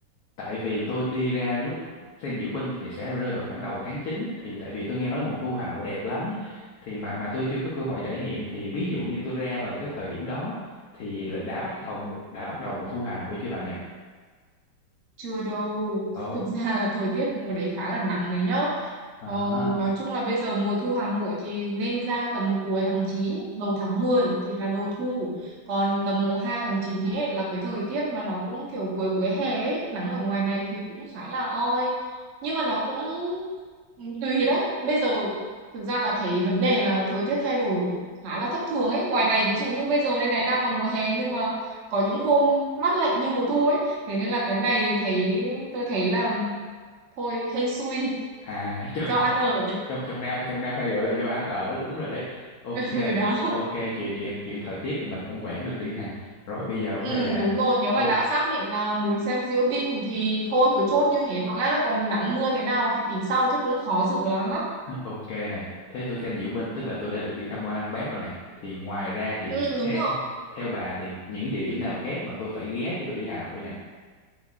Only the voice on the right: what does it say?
Chưa đâu.
Thực ra là thời tiết mùa đấy khá là nắng đấy nhá.
Ờ,
nói chung là bây giờ mùa thu Hà Nội thì nên ra tầm cuối tháng 9 đầu tháng 10 thì là đầu thu. Còn tầm mùng 2 tháng 9 ấy là cái thời tiết mà nó cũng kiểu cuối cuối hè ấy, nắng ở ngoài này thì cũng khá là oi. Nhưng mà nó cũng ừ, tùy đấy. Bây giờ thực ra là thấy vấn đề là thời tiết thay đổi khá là thất thường ấy. Ngoài này ví dụ như bây giờ đây này đang là mùa hè nhưng mà có những hôm mát lạnh như mùa thu ấy thế nên là cái này thấy tôi thấy là thôi hên xui
do ăn
ở
<laughs> ừ đó
ừ,
đúng rồi nếu mà
đã xác định là muốn xem diễu binh thì thôi cứ chốt như thế nó đã còn nắng mưa thế nào thì tính sau chứ cũng khó dự đoán lắm
ừ đúng
rồi